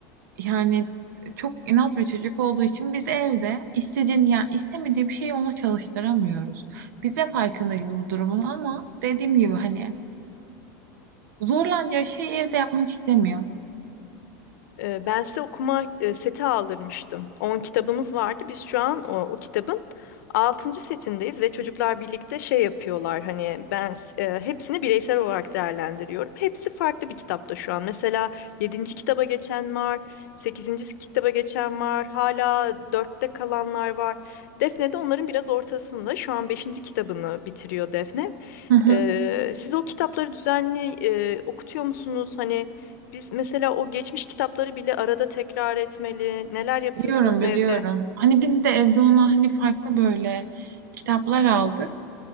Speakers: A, on the right; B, on the left.
A: yani çok inat ve çocuk olduğu için biz evde istediğini yani istemediği bir şeyi ona çalıştıramıyoruz. Bize farkındayız bu durumun ama dediğim gibi hani Zorlanacağı şeyi evde yapmak istemiyor.
B: Ee, Ben size okuma e, seti aldırmıştım. 10 kitabımız vardı. Biz şu an o, o kitabın altıncı setindeyiz ve çocuklar birlikte şey yapıyorlar. Hani ben s- e, hepsini bireysel olarak değerlendiriyorum. Hepsi farklı bir kitapta şu an. Mesela yedinci kitaba geçen var, sekizinci kitaba geçen var, hala dörtte kalanlar var. Defne de onların biraz ortasında. Şu an beşinci kitabını bitiriyor Defne.
A: Hı hı.
B: Ee, siz o kitapları düzenli e, okutuyor musunuz? Hani biz mesela o geçmiş kitapları bile arada tekrar etmeli. Neler yapıyorsunuz
A: Biliyorum biliyorum.
B: evde?
A: Hani biz de evde ona hani farklı böyle kitaplar aldık.